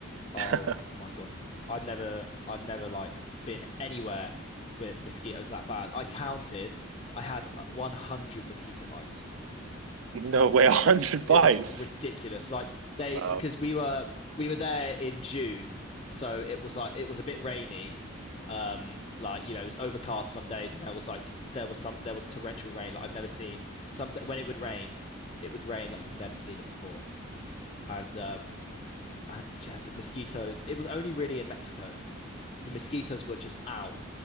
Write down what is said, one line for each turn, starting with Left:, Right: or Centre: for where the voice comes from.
Left: Oh
Right: <laughs>
Left: my God. I've never I've never like been anywhere with mosquitoes that bad. I counted, I had 100 mosquito bites.
Right: No way, a hundred
Left: It was
Right: bites.
Left: it was ridiculous. Like they
Right: Wow.
Left: because we were we were there in June, so it was like it was a bit rainy. Um, like you know, it was overcast some days, and there was like there was some there was torrential rain. Like I've never seen some when it would rain, it would rain like you've never seen it before. And um and yeah, the mosquitoes. It was only really in Mexico. The mosquitoes were just out.